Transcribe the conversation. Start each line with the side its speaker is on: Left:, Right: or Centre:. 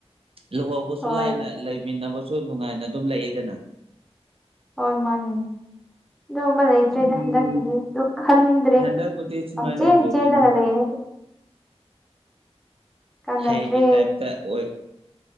Right: ꯂꯨꯍꯧꯕꯁꯨ
Centre: ꯍꯣꯏ
Right: ꯂꯥꯏꯅ ꯂꯩꯃꯤꯟꯅꯕ <unintelligible> ꯅꯨꯡꯉꯥꯏꯅ ꯑꯗꯨꯝ ꯂꯩꯌꯦꯗꯅ
Centre: ꯍ ꯃꯥꯅꯦ ꯑꯗꯨꯝꯕ ꯂꯩ ꯂꯩꯇ꯭ꯔꯦꯗ
Right: ꯎꯝ
Centre: ꯍꯟꯗꯛꯀꯤꯗꯤ ꯑꯗꯨ ꯈꯟꯗ꯭ꯔꯦ
Right: ꯍꯟꯗꯛꯄꯨꯗꯤ ꯁꯨꯃꯥꯏꯅ
Centre: ꯌꯥꯝ ꯆꯦꯟ
Right: ꯂꯩꯇ꯭ꯔꯦꯗ
Centre: ꯆꯦꯜꯂꯒ ꯂꯩꯔꯦ ꯀꯥꯟꯅꯗ꯭ꯔꯦ
Right: ꯍꯩꯒꯤ ꯇꯥꯏꯞꯇ ꯑꯣꯏ